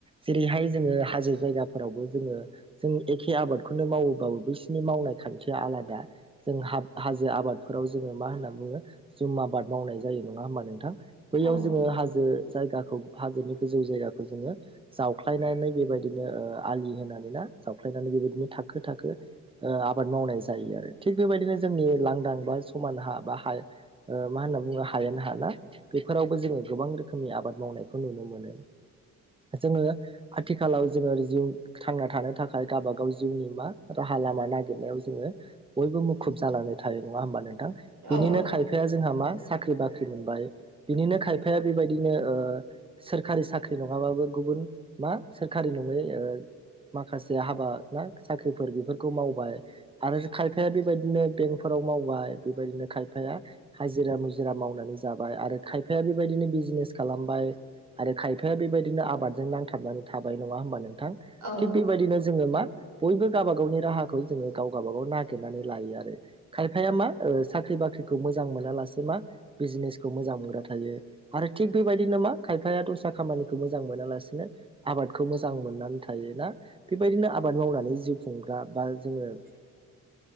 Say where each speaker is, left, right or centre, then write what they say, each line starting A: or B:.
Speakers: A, on the right (about 20°); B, on the right (about 70°).
A: जेरैहाय जोङो हाजो जायगाफोरावबो जोङो जों एखे आबादखौनो मावोबाबो बैसिनि मावनाय खान्थिया आलादा जों हाब हाजो आबादफोराव जोङो मा होनना बुङो जुम आबाद मावनाय जायो नङा होमबा नोंथां
B: नंगौ
A: बैयाव जोङो हाजो जायगाखौ हाजोनि गोजौ जायगा जोङो जावख्लायनानै बेबायदिनो ओ आलि होनानै ना जावख्लायनानै बेबायदिनो थाखो थाखो ओ आबाद मावनाय जायो आरो थिग बेबायदिनो जोंनि लांदां बा समान हा बा हाय मा होनना बुङो हायेन हा ना बेफोरावबो जोङो गोबां रोखोमनि आबाद मावनायखौ नुनो मोनो जोङो आथिखालाव जोङो जिउ थांना थानो थाखाय गाबागाव जिउनि मा राहा लामा नागिरनायाव जोङो बयबो मुखुब जानानै थायो नङा होमबा नोंथां बेनिनो
B: औ
A: खाय खायफाया जोंहा मा साख्रि बाख्रि मोनबाय बिनिनो खाय -फाया बेबायदिनो सोरखारि साख्रि नङाबाबो गुबुन मा सोरखारि नङै ओ माखासे हाबा ना साख्रिफोर बेफोरखौ मावबाय आरो खायफाया बेबायदिनो बेंकफोराव मावबाय बेबायदिनो खायफाया हाजिरा मुजिरा मावनानै जाबाय आरो खायफाया बेबायदिनो बिजनेस खालामबाय आरो खायफाया बेबायदिनो आबादजों नांथाबनानै थाबाय नङा हमबा नों? -थां
B: औ
A: थिग बेबायदिनो जोङो मा बयबो गावबा गावनि राहाखौ जोङो गावगा बागाव नागिरनानै लायो आरो खायफाया मा ओ साख्रि बाख्रिखौ मोजां मोनालासे मा बिजनेसखौ मोजां मोनग्रा थायो आरो थिग बेबायदिनो मा खायफाया दस्रा खामानिखौ मोजां मोनालासिनो आबादखौ मोजां मोननानै थायोना बेबायदिनो आबाद मावनानै जिउ खुंग्रा बा बा जोङो
B: <inaudible>